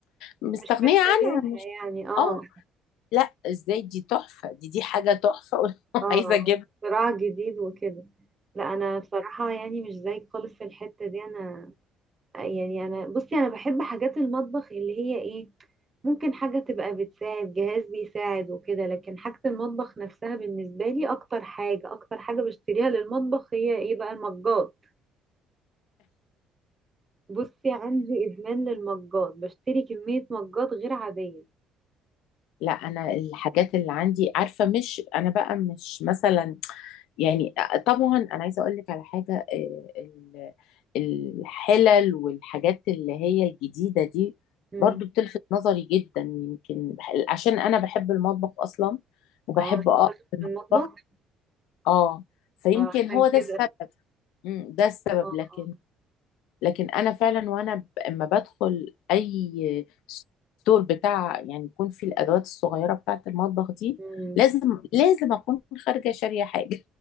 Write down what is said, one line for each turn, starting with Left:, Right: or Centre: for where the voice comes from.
Left: مستغنية
Right: مش محتاجاها
Left: عنها مش
Right: يعني اه
Left: اه لا ازاي دي تحفة دي دي حاجة تحفة <laughs>
Right: اه
Left: عايزة اجيبها
Right: صراع جديد وكده لا انا بصراحة يعني مش زيك خالص في الحتة دي انا يعني انا بصي انا بحب حاجات المطبخ اللي هي ايه ممكن حاجة تبقى بتساعد جهاز بيساعد وكده لكن حاجة المطبخ نفسها بالنسبة لي اكتر حاجة اكتر حاجة بشتريها للمطبخ هي ايه بقى المجات بصي عندي ادمان للمجات بشتري كمية مجات غير عادية
Left: لا انا الحاجات اللي عندي عارفه مش انا بقى مش مثلا يعني طبعا انا عايزه اقول لك على حاجه آه، ال- الحلل والحاجات اللي هي الجديده دي
Right: مم.
Left: برضو بتلفت نظري جدا يمكن عشان انا بحب المطبخ اصلا وبحب
Right: اه أصل
Left: اقف
Right: شاطر
Left: في المطبخ
Right: في المطبخ
Left: اه فيمكن
Right: اه عشان
Left: هو ده
Right: كده
Left: السبب مم، ده السبب
Right: اه اه
Left: لكن لكن انا فعلا وانا ب- اما بدخل اي ستور بتاع يعني يكون فيه الادوات الصغيره بتاعه المطبخ دي
Right: مم.
Left: لازم لازم اكون خارجه شاريه حاجه